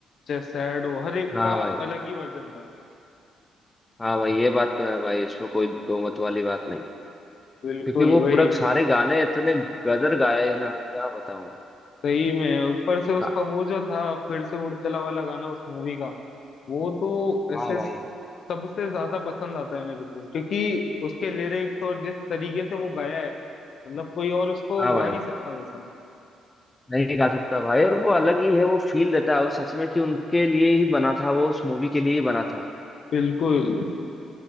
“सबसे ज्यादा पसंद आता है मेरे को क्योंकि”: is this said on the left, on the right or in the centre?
Left